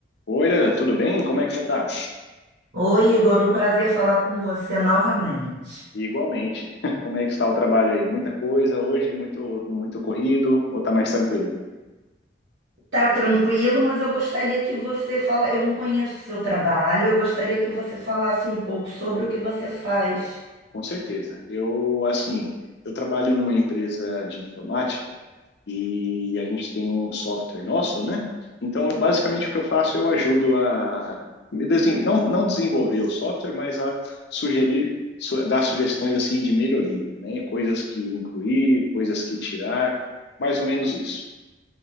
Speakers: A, on the left; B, on the right.
A: Oi, Leda, tudo bem? Como é que você está?
B: Oi, Igor, um prazer falar com você novamente.
A: Igualmente. <laughs> Como é que está o trabalho aí? Muita coisa hoje, muito muito corrido ou está mais tranquilo?
B: Tá tranquilo, mas eu gostaria que você fala. Eu não conheço o seu trabalho, eu gostaria que você falasse um pouco sobre o que você faz.
A: Com certeza. Eu, assim, eu trabalho numa empresa de informática e a gente tem um software nosso, né? Então, eu- basicamente o que eu faço, eu ajudo a me desen- não não desenvolver o software, mas a sugerir su- dar sugestões assim de melhoria, né? Coisas que incluir, coisas que tirar, mais ou menos isso.